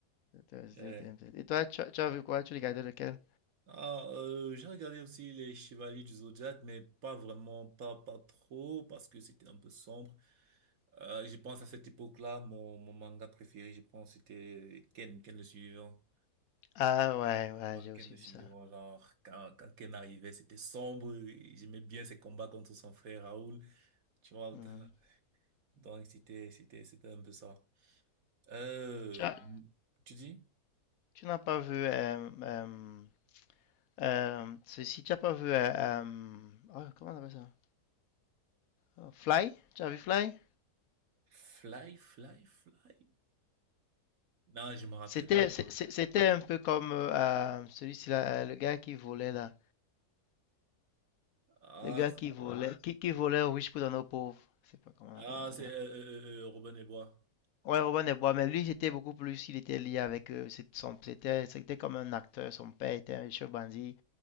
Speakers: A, on the left (about 65°); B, on the right (about 65°).
A: C'était-
B: Ouais.
A: c'était
B: Ouais.
A: un peu- Et toi, tu, as tu as vu quoi? Tu regardais lequel?
B: Ah, euh, j'ai regardé aussi les Chevaliers du Zodiac, mais pas vraiment, pas, pas trop, parce que c'était un peu sombre. Euh, je pense à cette époque-là, mon, mon manga préféré, je pense, c'était Ken, Ken le suivant.
A: Ah, ouais, ouais,
B: Moi,
A: j'ai aussi
B: Ken le
A: vu
B: suivant,
A: ça.
B: genre, quand, quand Ken arrivait, c'était sombre. et J'aimais bien ses combats contre son frère Raoul. Tu vois,
A: Mhm.
B: <laughs> donc c'était, c'était, c'était un peu ça. Euh,
A: Tu as-
B: tu dis?
A: tu n'as pas vu euh, euh, euh, ceci, tu n'as pas vu euh, euh, oh, comment on appelle ça? Oh, Fly? Tu as vu Fly?
B: Fly, fly, fly. Non, je me rappelle
A: C'était,
B: pas.
A: c'est- c'est- c'était un peu comme euh, euh, celui-ci là, euh, le gars qui volait là.
B: Ah,
A: Le gars
B: c'est
A: qui volait, qui, qui volait aux riches pour donner aux pauvres. Je sais pas comment on
B: ah,
A: appelle
B: c'est,
A: ça.
B: euh, euh, euh, euh, Robin des Bois.
A: Ouais, Robin des Bois, mais lui, c'était beaucoup plus, il était lié avec eux. C'est- son- C'était, c'était comme un acteur, son père était un chef bandit,